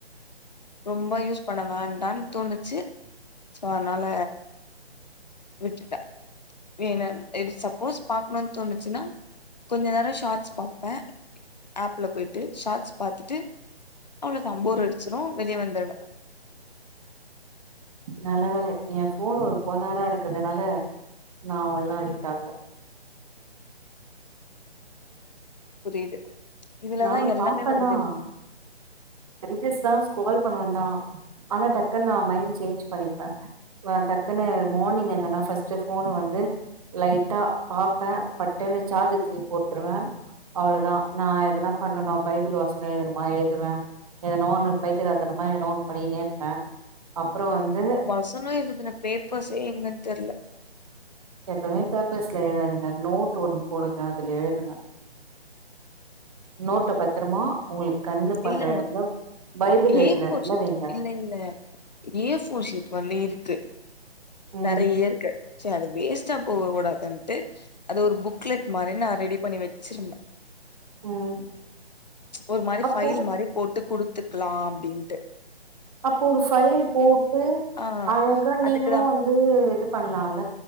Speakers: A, on the left; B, on the right.
A: ரொம்ப யூஸ் பண்ண வேண்டான் தோணுச்சு சோ அனால விட்டுட்ட ஏன்னு இஃப் சப்போஸ் பாக்கணுன் தோணுச்சுனா கொஞ்சோ நேர ஷார்ட்ஸ் பாப்பே ஆப்ல போய்ட்டு ஷார்ட்ஸ் பாத்துட்டு அவ்ளோதா போர் அடிச்சுனா வெளிய வந்துருவ
B: நல்ல வேல என் ஃபோன் ஒரு கோலாரா இருக்கதுனால நா அவ்ளல்லா அடிக்ட் ஆகல
A: புரியுது இதுலதா
B: நானு
A: எல்லாமே
B: பாப்பேதா
A: வருதே
B: ரீல்ஸ் எல்லா ஸ்க்ரோல் பண்ணுவ தா ஆனா டக்குன்னு நா மைண்ட் சேஞ்ச் பண்ணிடுவ டக்குன்னு மார்னிங் எந்தன்னா ஃபர்ஸ்ட் ஃபோன வந்து லைட்டா பாப்ப பட்டுன்னு சார்ஜ தூக்கி போட்ருவ அவ்ளோதா நா எதனா பண்ணனு பைபிள் வசன எழுதுணுமா எழுதுவே எதனா ஒன்னு பைத்தியகாரத்தனமா எதோ ஒன்னு பண்ணினே இருப்ப அப்ற வந்து
A: வசன எழுதுன பேப்பர்ஸே எங்கன் தெர்ல
B: எப்பவுமே பேப்பர்ஸ்ல எழுதாதிங்க நோட்டு ஒன்னு போடுங்க அதுல எழுதுங்க நோட்ட பத்திரமா உங்களுக்கு கண்ணு படுற
A: இல்ல
B: இடத்துல பைபிள் வைக்கிற
A: ஏ ஃபோர்
B: இடத்துல
A: ஷீட்
B: வைங்க
A: இல்ல இல்ல ஏ ஃபோர் ஷீட் வந்து இருக்கு
B: ம்
A: நெறய இருக்கு சரி அது வேஸ் பச்சா போக கூடாதுன்ட்டு அது ஒரு புக்லெட் மாரி நான் ரெடி பண்ணி வச்சிருந்த
B: ம்
A: ஒரு மாரி
B: அப்போ
A: ஃபைல் மாரி போட்டு குடுத்துக்கலா அப்டின்ட்டு
B: அப்ப ஒரு ஃபைல் போட்டு
A: ஆ
B: அழகா நீங்களு
A: அதுக்குதா
B: வந்து இது பண்லால